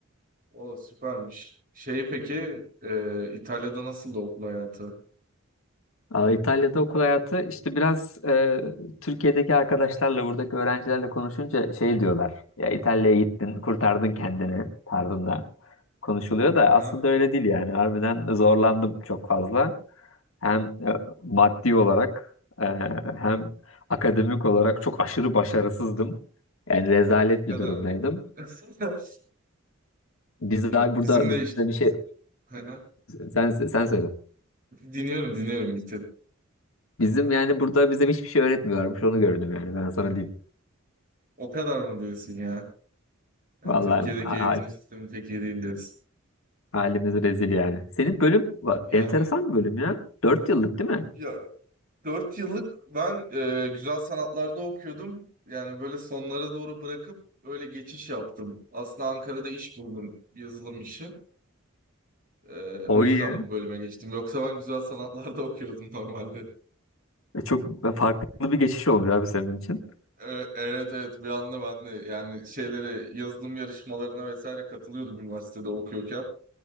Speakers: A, on the right; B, on the left.
A: O süpermiş. Şey peki e, İtalya'da nasıldı okul hayatı?
B: Aa, İtalya'da okul hayatı işte biraz e, Türkiye'deki arkadaşlarla buradaki öğrencilerle konuşunca şey diyorlar. Ya İtalya'ya gittin, kurtardın kendini tarzında konuşuluyor da
A: Aha,
B: aslında öyle değil yani. Harbiden zorlandım çok fazla. Hem e, maddi olarak e, hem akademik olarak çok aşırı başarısızdım. Yani rezalet
A: o kadar
B: bir durumdaydım.
A: mı? <laughs>
B: Biz
A: Yok
B: daha burada
A: bizim de
B: bize
A: işte.
B: bir şey
A: Aha.
B: sen sen söyle.
A: Dinliyorum dinliyorum bitti.
B: Bizim
A: Aha.
B: yani burada bize hiçbir şey öğretmiyorlarmış onu gördüm yani ben sana diyeyim.
A: O kadar mı diyorsun ya? Yani
B: Vallahi
A: Türkiye'deki
B: hal-
A: eğitim sistemi pek iyi değil diyorsun.
B: halimiz rezil yani. Senin bölüm va-
A: Yani
B: enteresan bir bölüm ya. 4 yıllık değil mi?
A: ya Dört yıllık ben e, güzel sanatlarda okuyordum. Yani böyle sonlara doğru bırakıp öyle geçiş yaptım. Aslında Ankara'da iş buldum, yazılım işi. E,
B: O
A: o yüzden
B: iyi.
A: bu bölüme geçtim. Yoksa ben güzel sanatlarda <laughs> okuyordum normalde.
B: E, Çok farklı bir geçiş olmuş abi senin için.
A: E, evet evet bir anda ben de yani şeylere yazılım yarışmalarına vesaire katılıyordum üniversitede okuyorken.